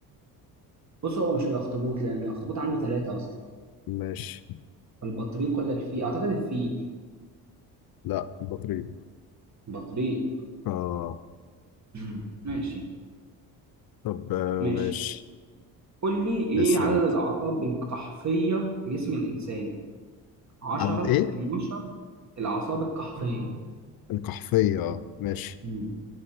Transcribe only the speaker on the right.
بص هو مش الاخطبوط لان الاخطبوط عنده ثلاثة اصلا
البطريق ولا الفيل اعتقد الفيل
البطريق
مم. ماشي
ماشي
قول لي ايه
عدد
الاعصاب القحفية في جسم الانسان 10
12 الاعصاب القحفية
مم.